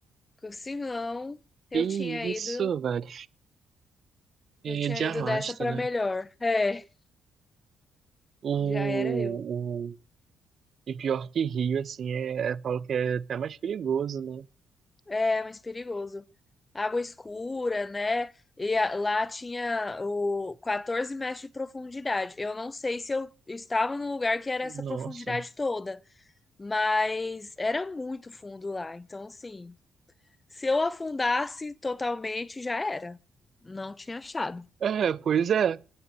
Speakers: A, on the left (about 25°); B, on the right (about 55°).
A: Porque senão eu
B: Que
A: tinha
B: isso,
A: ido,
B: velho?
A: eu tinha
B: É de
A: ido
B: arrasta,
A: dessa para
B: né?
A: melhor. É,
B: O,
A: já era eu.
B: o... E pior que Rio, assim, é, é, falo que é até mais perigoso, né?
A: É, mais perigoso. Água escura, né? E a- lá tinha o 14 metros de profundidade. Eu não sei se eu estava no lugar que era essa
B: Nossa.
A: profundidade toda, mas era muito fundo lá. Então, assim, se eu afundasse totalmente, já era. Não tinha achado.
B: É, pois é.